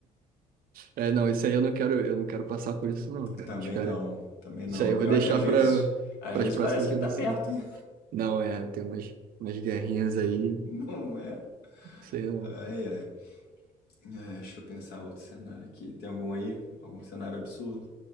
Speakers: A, on the right (about 60°); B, on the left (about 75°).
A: É, não, isso aí eu não quero, eu não quero passar por isso não, cara.
B: Também
A: Os cara,
B: não, também
A: isso
B: não.
A: aí
B: O
A: eu
B: pior
A: vou deixar
B: é que às vezes,
A: para
B: às
A: para
B: vezes
A: as próximas
B: parece que
A: gerações.
B: tá perto, hein?
A: Não, é, tem umas, umas guerrinhas aí,
B: <laughs> Não é?
A: sei lá.
B: Ai, ai. É, deixa eu pensar outro cenário aqui. Tem algum aí? Algum cenário absurdo?